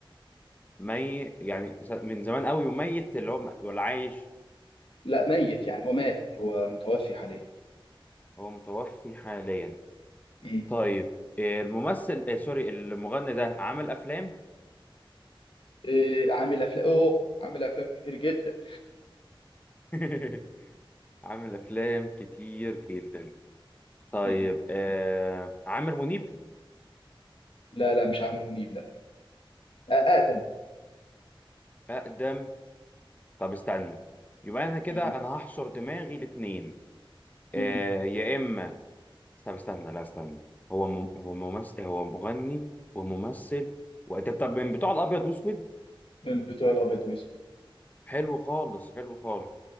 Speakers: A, on the left; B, on the left.
A: مي يعني س- من زمان قوي وميت اللي هو م- ولا عايش
B: لا ميت يعني هو مات هو متوفي حاليا
A: هو متوفي حاليا
B: مم.
A: طيب آه، الممثل آه سوري المغني ده عامل افلام
B: إيه عامل افلام اوه عامل افلام كتير جدا
A: <laughs> عامل افلام كتير جدا طيب
B: مم.
A: آه عامر منيب
B: لا لا مش عامر منيب لا أ- اقدم
A: أقدم طب استنى يبقى أنا كده
B: مم.
A: أنا هحشر دماغي الاتنين آه
B: مم.
A: يا إما طب استنى لا استنى هو م... هو ممثل هو مغني وممثل و... طب طب من بتوع الأبيض وأسود
B: من بتوع الابيض والاسود
A: حلو خالص حلو خالص